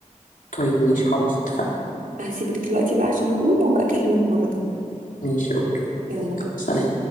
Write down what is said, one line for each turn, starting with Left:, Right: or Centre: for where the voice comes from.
Left: طيب ماشي خلاص اتفقنا
Right: هسيبك دلوقتي بقى عشان اقوم وابقى اكلمك مره تانية
Left: ماشي اوكي
Right: يلا باي
Left: يلا سلام